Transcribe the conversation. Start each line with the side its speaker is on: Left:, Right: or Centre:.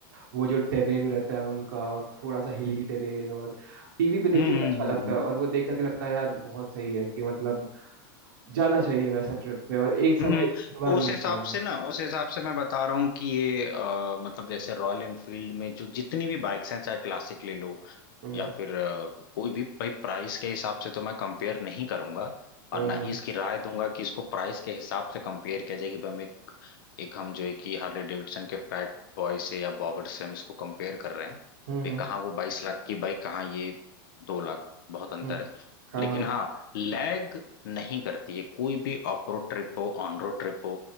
Right: वो जो टेरेन रहता है उनका थोड़ा सा हिली टेरेन और टीवी पे देखने
Left: हम्म हम्म
Right: में अच्छा लगता
Left: हम्म
Right: है
Left: हम्म।
Right: और वो देख करके लगता है यार बहुत सही है कि मतलब जाना चाहिए वैसा ट्रिप पे और एक
Left: हम्म
Right: समय एक ही बार
Left: उस
Right: मिलता
Left: हिसाब
Right: है वो
Left: से ना उस हिसाब से मैं बता रहा हूँ कि ये अ, मतलब जैसे रॉयल एनफील्ड में जो जितनी भी बाइक्स हैं चाहे क्लासिक ले लो
Right: हम्म
Left: या फिर अ, कोई भी भाई प्राइस के हिसाब से तो मैं कंपेयर नहीं करूंगा
Right: हम्म
Left: और ना ही
Right: हम्म
Left: इसकी राय दूंगा कि इसको प्राइस के हिसाब से कंपेयर किया जाए कि भाई हम एक एक हम जो है कि हार्ले डेविडसन के फैट बॉय से या बॉबर से हम इसको कंपेयर कर रहे हैं भाई
Right: हम्म
Left: कहाँ वो बाईस लाख की बाइक कहाँ ये दो लाख बहुत अंतर
Right: हम्म,
Left: है
Right: हाँ
Left: लेकिन
Right: हाँ
Left: हाँ लैग नहीं करती है कोई भी ऑफ रोड ट्रिप हो ऑन रोड ट्रिप हो